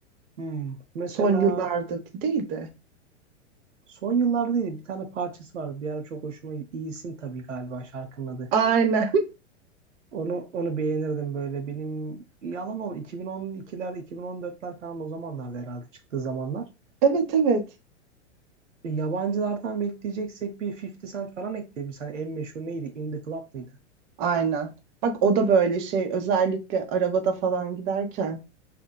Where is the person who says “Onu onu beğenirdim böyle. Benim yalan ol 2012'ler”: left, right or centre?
Right